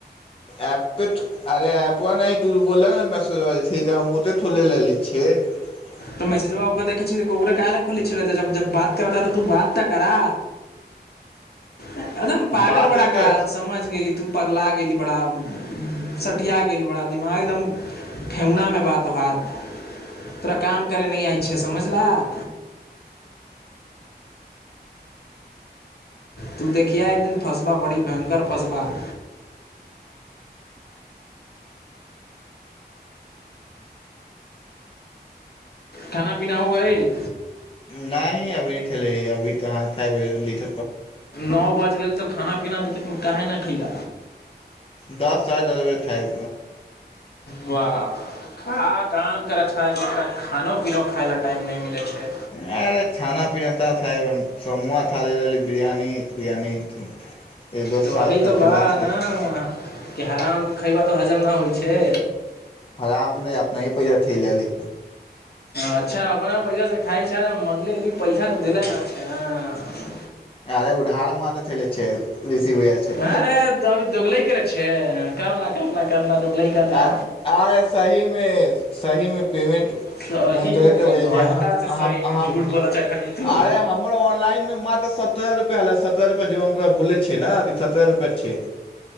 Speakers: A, on the left; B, on the left.
A: एपे अरे एऐप नहि तू बोल मैसेज त हम ओत ोे ले छिय छ
B: तऽ मैसेज ओ देखै छ ओकरे कह ल खुले छल जब बात कराा तऽ तू बात ता करा एकदम पागल
A: बाते
B: बड़ा क
A: तऽ
B: समझ गेली तू पगला गेली बड़ा सटिया गेल बड़ा दिमाग एकदम ठेहुनामे बा तोहार तोरा काम करय नहि आइ छिय समझलह तू देखििया एक दिन फँसबा बड़ी भयंकर फँसबा हँ खाना पीना होगइल
A: नहि ही अभी नहि ठेले ही अभी तऽहाँ खाबब लीठ
B: नओ बाजि गेल तऽ खाना पीना अभी तकमे काहे नहि खयल
A: दस साढ़े दस बजे तक खाइ
B: वाह खा काम ओकर अच्छा ओरा खानो पीना खायइ लऽ टाइम नहि मिलै छै
A: अरे खाना पीना ता था हम शमूआ खा लेले रहली बिरयानी तिरयानी एक दोस्त
B: ह
A: साथ
B: वही तऽ
A: फिर
B: बा
A: नहि खेलै
B: ना कि हरामके खयबह तऽ हजम नहि होइ छै
A: हराम के नहि अपना ही पैसा ल ली
B: अच्छा अपना पैसा से खाइ छै मगलेी पैसा तऽ देले नेचछ ह
A: अरे उधार मदद लेने छै ऋषि भैया छै
B: अरे अभी दोगलै करे छै करला करला करला दोगलै करला
A: आ आरे सहीमे सही मे पेमेंट उ त
B: सही
A: ओनाहिते
B: मे
A: बजय
B: घंटा
A: छै आ
B: से सही मे
A: आ हम
B: झूठ बोल छै खाली तू
A: आरे हमरो आनलाईन ह त सत्रर रुपआ ऐल सत्रह रुपआ ज हम तोरा बोे छै ने सत्रह रुपैआ छै